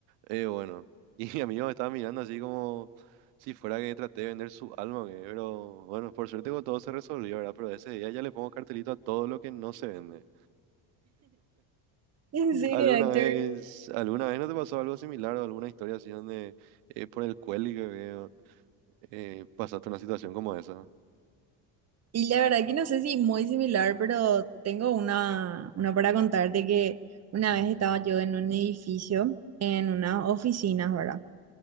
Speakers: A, on the right (about 80°); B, on the right (about 30°).
A: eh, bueno, <laughs> y mi amigo me estaba mirando así como si fuera que traté de vender su alma, que, pero bueno, por suerte con todo se resolvió, ¿verdad? Pero ese día ya le pongo cartelito a todo lo que no se vende.
B: En serio,
A: ¿Alguna
B: Héctor.
A: vez, alguna vez no te pasó algo similar o alguna historia así donde eh, por el cuelgue que veo eh, pasaste una situación como esa?
B: Y la verdad que no sé si muy similar, pero tengo una, una para contarte que una vez estaba yo en un edificio, en unas oficinas, ¿verdad?